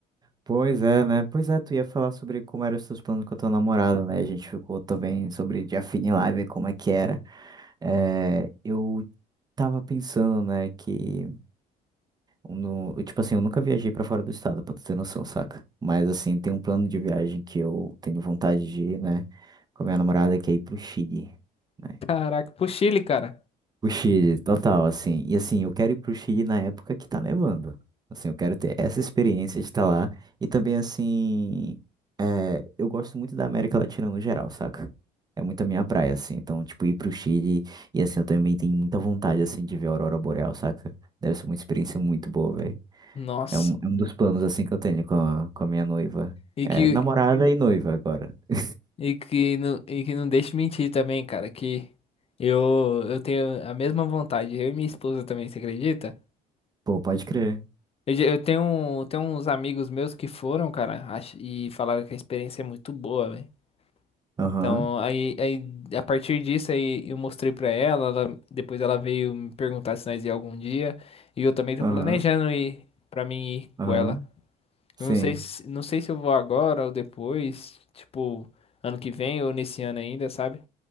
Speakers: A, on the right; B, on the left.
A: Pois é, né? Pois é, tu ia falar sobre como eram os teus planos com a tua namorada, né? A gente ficou também sobre de Afine Live, como é que era. É, eu tava pensando, né, que... No, eu, tipo assim, eu nunca viajei pra fora do estado, pra tu ter noção, saca? Mas, assim, tem um plano de viagem que eu tenho vontade de ir, né? Com a minha namorada, que é ir pro Chile. né?
B: <laughs> Caraca, pro Chile, cara.
A: O Chile, total, assim. E assim, eu quero ir pro Chile na época que tá nevando. Assim, eu quero ter essa experiência de estar lá. E também, assim, é, eu gosto muito da América Latina no geral, saca? É muito a minha praia, assim. Então, tipo, ir pro Chile e assim, eu também tenho muita vontade, assim, de ver a Aurora Boreal, saca? Deve ser uma experiência muito boa, velho.
B: Nossa.
A: É um, é um dos planos, assim, que eu tenho com a, com a minha noiva.
B: E
A: É,
B: que,
A: namorada e noiva agora. <laughs>
B: e que, não, e que não deixe mentir também, cara, que eu, eu tenho a mesma vontade. Eu e minha esposa também, você acredita?
A: Pô, pode crer.
B: Eu, já- eu tenho, um- tenho uns amigos meus que foram, cara, ach- e falaram que a experiência é muito boa, velho.
A: Aham,
B: Então, aí, aí a partir disso aí eu mostrei pra ela, ela- depois ela veio me perguntar se nós ia algum dia, e eu também tô
A: aham,
B: planejando ir pra mim ir
A: aham.
B: com ela.
A: Sim.
B: Eu não sei se, não sei se eu vou agora ou depois, tipo, ano que vem ou nesse ano ainda, sabe?